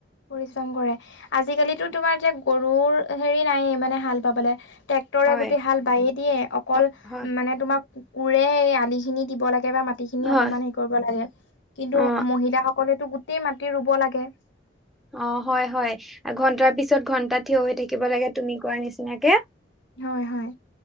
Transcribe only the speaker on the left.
পৰিশ্ৰম কৰে আজিকালিতো তোমাৰ এতিয়া গৰুৰ হেৰি নাই য়ে মানে হাল বাবলে ট্ৰেক তৰে
গোটেই হাল বায়ে দিয়ে অকল
মানে তোমাক কোৰে আলিখিনি দিব লাগে বা মাট টি খিনি
অকমান হে কৰিব লাগে কিন্তু
মহিলাসকলেতো গোটেই মাটি ৰুব লাগে।
হয় হয়